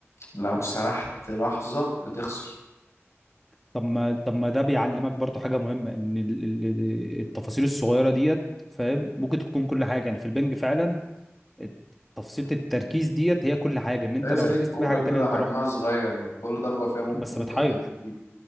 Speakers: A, on the left (about 75°); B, in the centre.
A: لو سرحت لحظة بتخسر
B: طب ما طب ما ده بيعلمك برضو حاجه مهمه ان ال- ال- التفاصيل الصغيره ديت فاهم ممكن تكون كل حاجه يعني في البنج فعلا الت- تفصيلة التركيز ديت هي كل حاجه ان انت
A: هي
B: لو
A: زي
B: ركزت
A: الكورة
B: في حاجه
A: كده
B: تانية انت
A: حجمها
B: رحت
A: صغير يعني كل ضربة فيها ممكن
B: بس بتحير
A: تقلب النتيجة